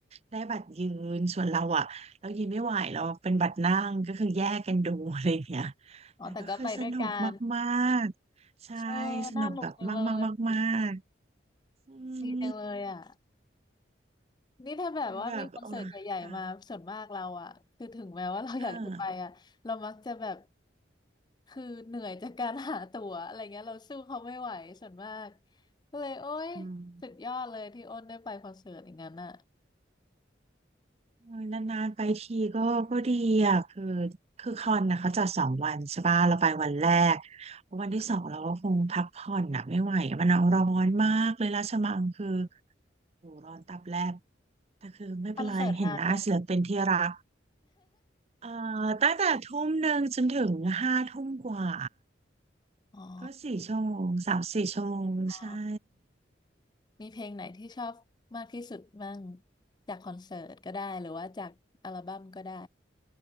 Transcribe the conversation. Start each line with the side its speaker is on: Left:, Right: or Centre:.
Right: ได้บัตรยืนส่วนเราอ่ะเรายืนไม่ไหวเราเป็นบัตรนั่งก็คือแยกกันดูอะไรอย่างเงี้ย
Left: อ๋อแต่ก็ไปด้วยกัน
Right: แต่ก็คือสนุกมากๆใช่
Left: เออน่าหนุกจังเล
Right: สนุกแบบมากๆมาก
Left: ย
Right: ๆอืม
Left: ดีจังเลยอ่ะนี่ถ้าแบบว่ามีคอนเสิร์ตใหญ่ๆมาส่วนมากเราอ่ะคือถึงแม้ว่าเราอยากจะไปอ่ะเรามักจะแบบ
Right: คือแบบโอ้ยค่ะ อ่า
Left: คือเหนื่อยจากการหาตั๋วอะไรเงี้ยเราสู้เขาไม่ไหวส่วนมากก็เลยโอ๊ย
Right: อืม
Left: สุดยอดเลยที่อ้นได้ไปคอนเสิร์ตอย่างนั้นอ่ะ
Right: โอยนานๆไปทีก็ก็ดีอ่ะคือคือคอนนะเขาจัดสองวันใช่ป่ะเราไปวันแรกวันที่สองเราก็คงพักผ่อนอ่ะไม่ไหวอะมันเอาร้อนมากเลยราชมังคือโหร้อนตับแลบแต่คือไม่เป็นไรเห็นหน้าศิลปินที่รัก
Left: คอนเสิร์ตนานไหม
Right: เอ่อตั้งแต่ทุ่มหนึ่งจนถึงห้าทุ่มกว่า
Left: อ๋อ
Right: ก็สี่ชั่วโมงสามสี่ชั่วโมงใช่
Left: อ๋อมีเพลงไหนที่ชอบมากที่สุดบ้างจากคอนเสิร์ตก็ได้หรือว่าจากอัลบั้มก็ได้